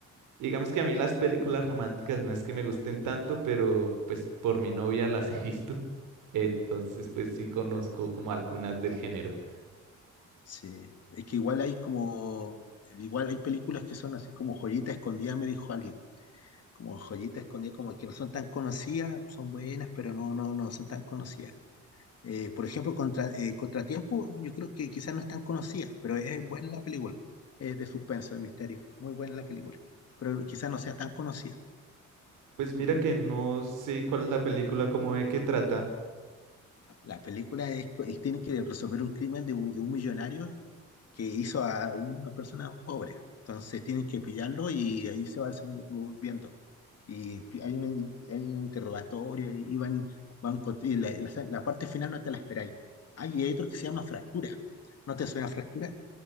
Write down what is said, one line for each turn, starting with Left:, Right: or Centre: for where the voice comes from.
Right: Y digamos que a mí las películas románticas no es que me gusten tanto, pero pues por mi novia las he visto. Entonces, pues sí conozco como algunas del género.
Left: Sí, es que igual hay como, igual hay películas que son así como joyita escondida, me dijo alguien, como joyita escondida, como que no son tan conocidas, son buenas, pero no, no, no son tan conocidas. Eh, por ejemplo, contra, eh, Contratiempo, yo creo que quizás no es tan conocida, pero es buena la película, es de suspenso, de misterio, muy buena la película, pero quizás no sea tan conocida.
Right: Pues mira que no sé cuál es la película, como de qué trata.
Left: La película es, es- tiene que resolver un crimen de, un- de un millonario que hizo a una persona pobre, entonces tienen que pillarlo y ahí se va volviendo. Y hay un, hay un interrogatorio y van, van con- y la, la- la parte final no te la esperáis. Ah, y Hay otro que se llama Fractura. ¿No te suena Fractura?